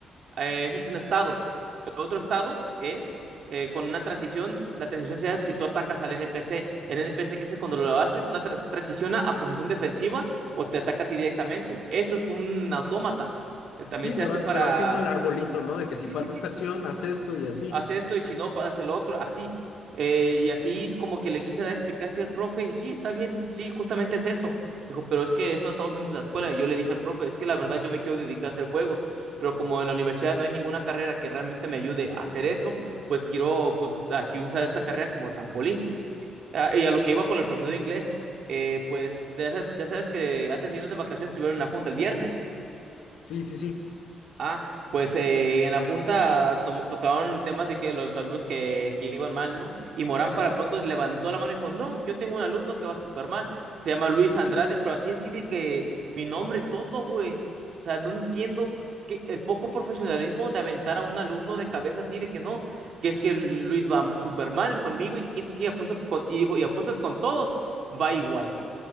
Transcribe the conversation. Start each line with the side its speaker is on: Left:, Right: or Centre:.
Right: Eh, ese es un estado. El otro estado es eh, con una transición. La transición se da si tú atacas al NPC. El NPC, que es cuando lo haces, una trans- transiciona a posición defensiva o te ataca a ti directamente. Eso es un autómata. Eh, También
Left: Sí,
Right: se
Left: se
Right: hace
Left: va,
Right: para.
Left: se va haciendo el arbolito, ¿no? De que si
Right: Sí,
Left: pasa
Right: sí, sí,
Left: esta acción, haz esto y así.
Right: haz esto y si no, haz el otro, así. Eh, y así como que le quise dar explicación al profe y sí, está bien, sí, justamente es eso. Dijo, pero es que eso no estamos viendo en la escuela. Y yo le dije al profe, es que la verdad yo me quiero dedicar a hacer juegos, pero como en la universidad no hay ninguna carrera que realmente me ayude a hacer eso, pues quiero pues así usar esta carrera como trampolín. Ah, Y a lo que iba con el profesor de inglés, eh, pues ya sa- ya sabes que antes de irnos de vacaciones tuvieron una junta el viernes.
Left: Sí, sí, sí.
Right: Ah, pues eh, en la junta to- tocaron temas de que los alumnos que, que iban mal, ¿no? Y Morán para pronto levantó la mano y dijo, no, yo tengo un alumno que va súper mal, se llama Luis Andrade, pero así así de que mi nombre, y todo, güey. O sea, no entiendo que, el poco profesionalismo de aventar a un alumno de cabeza así de que no, que es que Luis va súper mal conmigo y que quién sé qué, y apuesto que con, y dijo, y apuesto que con todos va igual.